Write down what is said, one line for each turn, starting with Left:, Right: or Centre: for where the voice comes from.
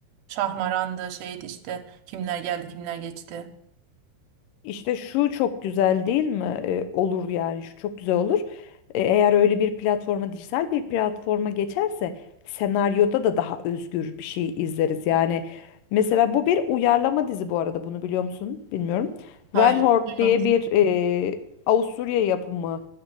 Right: Şahmaran'dı şeydi işte kimler geldi kimler geçti.
Left: İşte şu çok güzel değil mi? E, olur yani şu çok güzel olur. E, eğer öyle bir platforma, dijital bir platforma geçerse senaryoda da daha özgür bir şey izleriz. Yani mesela bu bir uyarlama dizi bu arada bunu biliyor musun? Bilmiyorum.
Right: Hayır,
Left: Van Hort
Right: duymamış.
Left: diye bir e, Avusturya yapımı